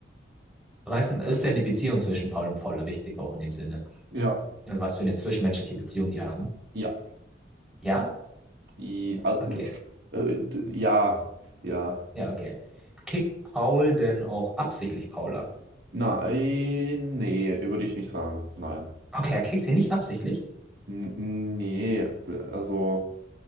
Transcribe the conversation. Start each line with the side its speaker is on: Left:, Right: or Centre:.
Centre: Was ist denn die Beziehung zwischen Paul und Paula wichtig, auch in dem Sinne?
Right: Ja,
Centre: Also was für eine zwischenmenschliche Beziehung die haben?
Right: Ja.
Centre: Ja?
Right: I, al-
Centre: Okay.
Right: äh, d- ja, ja.
Centre: Ja, okay. Kickt Paul denn auch absichtlich Paula?
Right: Nein, nee, würde ich nicht sagen. Nein.
Centre: Okay, er kickt sie nicht absichtlich?
Right: N nee, also